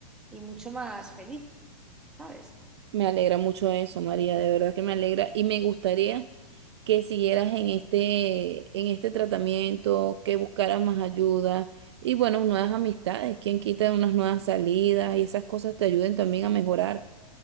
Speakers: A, in the centre; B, on the right (about 45°).
A: y mucho más feliz, ¿sabes?
B: Me alegra mucho eso, María, de verdad que me alegra y me gustaría que siguieras en este, en este tratamiento, que buscaras más ayuda y bueno, nuevas amistades, quien quita unas nuevas salidas y esas cosas te ayuden también a mejorar.